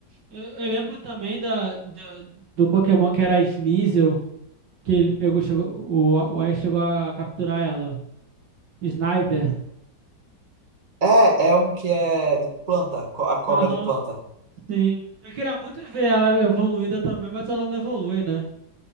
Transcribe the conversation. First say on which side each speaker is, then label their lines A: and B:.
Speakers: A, on the right (about 65°); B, on the right (about 25°).
A: Eu, eu lembro também da, da- do Pokémon que era a Sneasel, que ele pegou, chegou, o, o Ash chegou a capturar ela. Sniper.
B: É, é um que é de planta, co- a cobra
A: Aham.
B: de planta.
A: Sim. Eu queria muito ver ela evoluída também, mas ela não evolui, né?